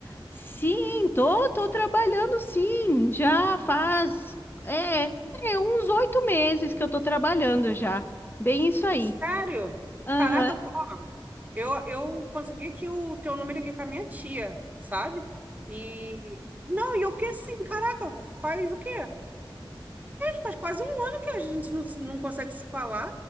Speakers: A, on the left (about 25°); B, on the right (about 20°).
A: Sim, tô, tô trabalhando sim, já faz é, é, uns oito meses que eu tô trabalhando já. Bem isso aí.
B: Sério?
A: Aham.
B: Caraca, ó, eu, eu consegui aqui o teu número aqui com a minha tia, sabe? E não, e eu fiquei assim, caraca, faz o quê? Faz quase um ano que a gente não, se- não consegue se falar.